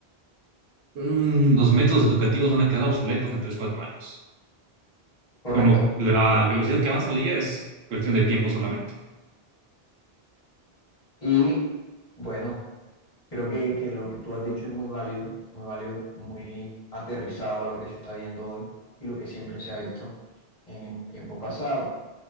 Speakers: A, on the right; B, on the left.
A: mm, los métodos educativos van a quedar obsoletos en tres cuatro años.
B: Correcto,
A: Con lo- la
B: correcto.
A: velocidad que avanza la IA es cuestión de tiempo solamente.
B: Y bueno, creo que, que lo que tú has dicho es muy válido, muy válido, muy aterrizado a lo que se está viendo hoy y lo que siempre se ha visto en tiempo pasado,